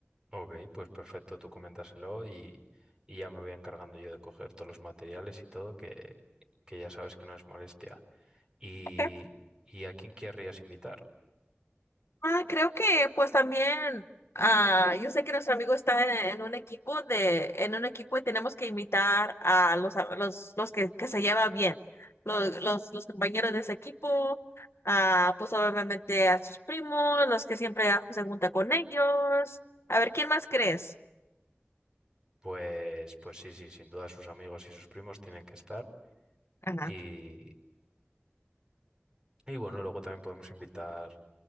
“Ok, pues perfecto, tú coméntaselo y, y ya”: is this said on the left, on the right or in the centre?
Right